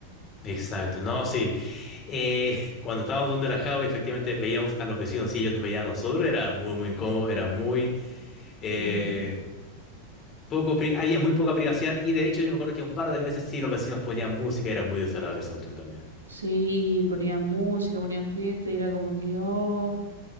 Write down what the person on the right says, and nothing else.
Ujú.
Sí, ponían música, ponían fiesta y era como que, oh,